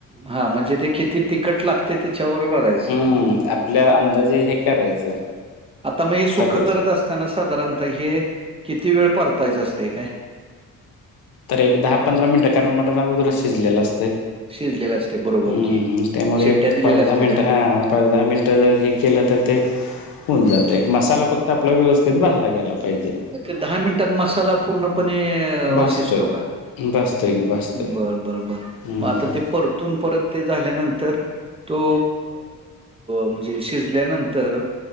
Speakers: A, on the right (about 20°); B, on the left (about 80°).
A: हां म्हणंजे ते किती तिखंट लागतं ते त्यांच्यांवरं रांयचं
B: हम्मं आपल्यां अंदाजे हे करायचं
A: आतां मंग हे सुखं
B: टाकायचं
A: करतं असतांना साधारणतः हे किती वेळं परतायचं असते कायं
B: तरं एक दहा पंधरा मिनिटं कारणं मटंण अगोदर शिजलेलं असतं
A: शिजलेलं असते बरोबर
B: हम्मं
A: की
B: त्यामुळें
A: शिट्ट्या
B: एक
A: दिलेल्या
B: पांच दहा
A: असते
B: मिनिटं
A: त्या
B: हां पांच दहा मिनटं जरं हे केलं तरं ते होऊंन जांते मसालां फक्तं आपलां व्यवस्थितं भाजलां गेलां पाहिजे
A: अंग दहा मिनिटांत मसालां पूर्णपणें
B: भाजतोय
A: अ शिजतोकां
B: भाजतोय की भाजतोय
A: बरं बरं बं
B: हम्म
A: मंग आतां परतूंन परंत ते झांल्यानंतर तो म्हणजे शिजल्यांनंतर